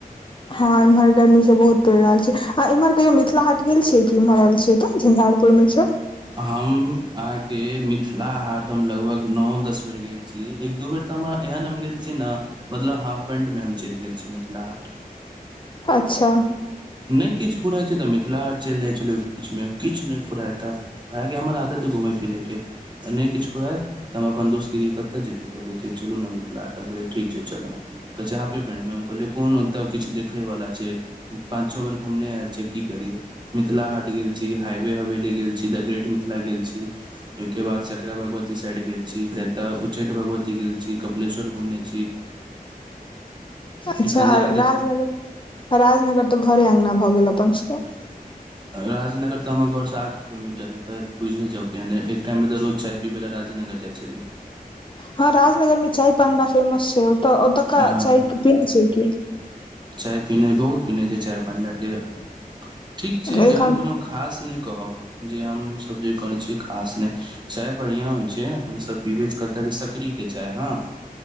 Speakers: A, on the left; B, on the right.
A: हँ एम्हर गर्मी सँ बहुत पैर रहल छै आ इम्हर कहियो मिथिला हट गेल छिये की एम्हर एल छिये तऽ झंझारपुर मे छै।
B: हम अहाँकेँ मिथिला हाट हम लगभग नओ दस बेर गेल। एक दू बेर तऽ हम एहन हम गेल छी नऽ मतलब हाफ पेंटमे हम चैल गेल छी मिथिला हाट।
A: अच्छऽ
B: नय किछ फराइ छै तऽ मिथिला आट चैल जाइ छलिये ओहि बीच मे किछ नय फुराइ तऽ काहेकि हमर आदत हय घुमै फिरै केँ नय किछ फुराय तऽ हम अपन दोस्ती कऽ कहिये कतऽ जेबही तऽ कहै छै चलू नऽ मिथिला हाट तऽ हम कहलियै ठीक छै चलऽ कह छैे हाफे पेन्टमे हम कहलियै कोन ओतऽ किछ देखे बला छै। पाँच, छ बेर घूमने आयल छी की करियय मिथिला हाट गेल छी हाईवे हवेली गेल छी द ग्रेट मिथिला गेल छी। ओहि केँ बाद सकरा भगवती साइड गेल छी फेर एतय उच्चैठ भगवती गेल छी कपिलेश्वर घूमने छी। <inaudible>
A: अच्छा
B: एखन जे आदित्य
A: राजनगर। राजनगर तऽ घरे अंगना भऽ गेल अपन सब कऽ
B: राजनगर तऽ हमर घर सँ आठ किलोमीटर है तऽ बुझे जाउ। पहिने एकटाइमे तऽ रोज चाय पीबै लऽ राजेनगर जाइ छलियौ।
A: हँ राजनगर मे चाय पान बा फेमस छै ओऽ ओतुका
B: आ
A: चाय पीने छिये की।
B: चाय पिने बहुत पिने छिये चाय पण्ड केँ ठीक छै एहेन
A: एखन
B: कोनो। खास नय कहब जे हमसब जे कहने छी। खास नय चाय बढ़िया होइ छै हमसभ पीबै छी कतऽ केँ सकड़ीकेँ चाय हँ।